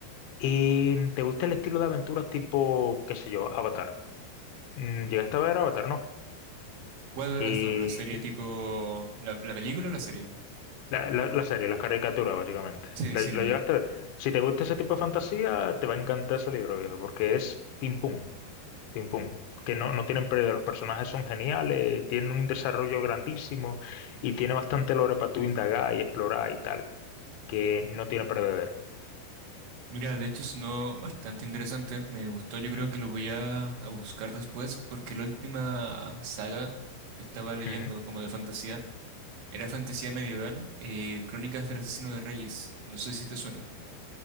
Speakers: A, on the left (about 80°); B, on the right (about 80°).
A: Y te gusta el estilo de aventuras tipo, qué sé yo, Avatar. Mm, ¿Llegaste a ver Avatar? No.
B: ¿Cuál
A: Y
B: de las dos? ¿La serie tipo... ¿La, la película o la serie?
A: La, la, la serie, las caricaturas, básicamente.
B: Sí,
A: ¿Lo,
B: sí,
A: lo
B: lo
A: llegaste
B: vi.
A: a ver? Sí. Si te gusta ese tipo de fantasía, te va a encantar ese libro, viejo, porque es pim pum, pim pum. Que no, no tienen pérdida, los personajes son geniales, tienen un desarrollo grandísimo y tiene bastante lore para tú indagar y explorar y tal, que no tiene perdedero.
B: Mira, de hecho sonó bastante interesante, me gustó, yo creo
A: Mm,
B: que lo voy a, a buscar después, porque la última saga que estaba leyendo
A: ujú.
B: como de fantasía era fantasía medieval, eh, Crónicas del Asesino de Reyes, no sé si te suena.